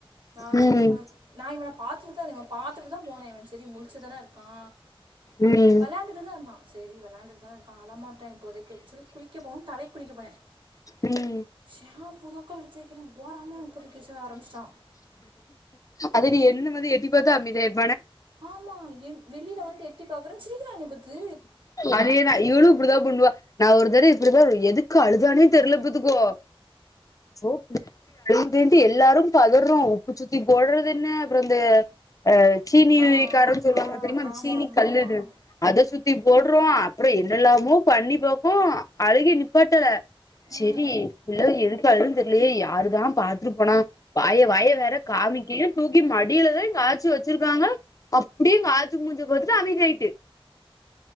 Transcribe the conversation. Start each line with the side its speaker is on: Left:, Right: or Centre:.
Right: நா
Left: ம்
Right: செரி இவே நா இவன பாத்துட்டு தா இருந்தே இவே பாத்துட்டு தா போனே இவே செரி முழிச்சுதான இருக்கா
Left: ம்
Right: வெளாண்டுட்டுதா இருந்தா சேரி வெளாண்டுட்டுதான இருக்கா அழ மாட்டா இப்போதைக்கி அப்டி சொல்லி குளிக்க போவோன்னு தலக்கி குளிக்க போனே
Left: ம்
Right: ஷாம்பூ தாக்கா எடுத்து வைக்கிறே ஓராமான்னு பரிக்கச்ச ஆரம்பிச்சிட்டா
Left: அதோட என்னமது எட்டி பாத்தா அமைதியாயிரு
Right: ஆமா என் வெளில வந்து எட்டி பாக்குறே சிரிக்கிறா என்னய பாத்து
Left: அதேதா இவளு இப்டிதா பண்ணுவா நா ஒரு தரோ இப்டிதா எதுக்கு அழுதானே தெரில பாத்துக்கோ ஓ எதுக்குன்ட்டு எல்லாரு பதர்றோ உப்பு சுத்தி போடுறது என்ன அப்பறோ இந்த ஆ சீனி
Right: ஆமாம்
Left: வக்காரன்னு சொல்லுவாங்க தெரியுமா அந்த
Right: ஆமாம்
Left: சீனி கல்லு
Right: ஆமாம்
Left: இது அத சுத்தி போடுறோ அப்பறோ என்னல்லாமோ பண்ணி பாக்கோ அழுகய நிப்பாட்டல செரி
Right: ம்
Left: பிள்ள எதுக்கு அழுதுன்னு தெரிலையே யாருதா பாத்துட்டுப்போனா வாய வாய வேற காமிக்கின்னு தூக்கி மடியிலதா எங்க ஆட்சி வச்சிருக்காங்க அப்டியே எங்க ஆச்சி மூஞ்ச பாத்துட்டு அமைதியாயிட்டு